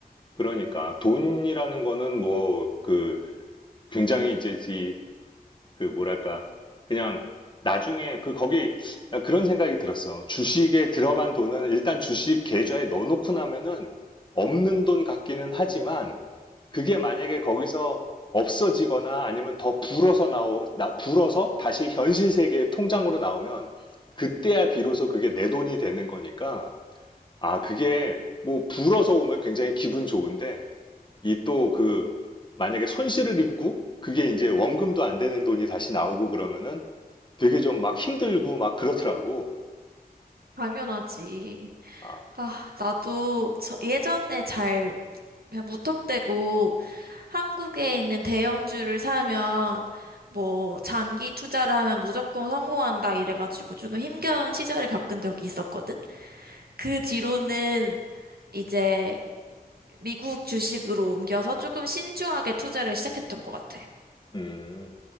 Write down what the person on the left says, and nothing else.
그러니까. 돈이라는 거는 뭐, 그, 굉장히 이제, 이 그, 뭐랄까. 그냥, 나중에, 그, 거기, 그런 생각이 들었어. 주식에 들어간 돈은 일단 주식 계좌에 넣어놓고 나면은 없는 돈 같기는 하지만, 그게 만약에 거기서 없어지거나 아니면 더 불어서 나오, 나, 불어서 다시 현실 세계의 통장으로 나오면, 그때야 비로소 그게 내 돈이 되는 거니까, 아, 그게 뭐 불어서 오면 굉장히 기분 좋은데 이 또 그 만약에 손실을 입고 그게 이제 원금도 안 되는 돈이 다시 나오고 그러면은 되게 좀 막 힘들고 막 그렇더라고.
아,
음,